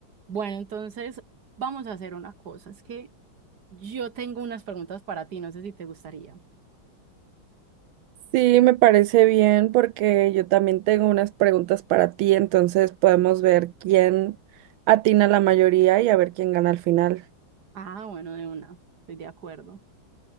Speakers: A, on the right (about 50°); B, on the right (about 80°).
A: Bueno, entonces vamos a hacer una cosa. Es que yo tengo unas preguntas para ti, no sé si te gustaría.
B: Sí, me parece bien porque yo también tengo unas preguntas para ti, entonces podemos ver quién atina la mayoría y a ver quién gana al final.
A: Ah, bueno, de una, estoy de acuerdo.